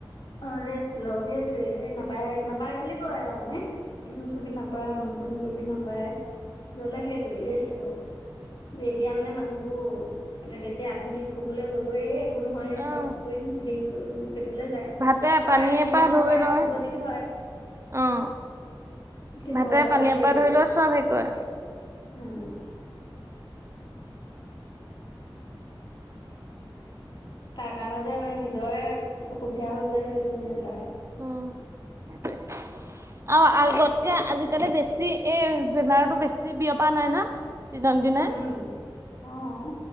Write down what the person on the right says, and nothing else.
অ',
দে পানীয়ে
পৰা ধৰি
লয়
অ'।
ভাতে
পানীৰ পৰা ধৰি লৈ চব হেৰি কৰে।
উম সেইতোৱে। অ' আগতকে আজিকালি বেছি এই বেমাৰতো বেছি বিয়পা নাই না? দিনক দিনে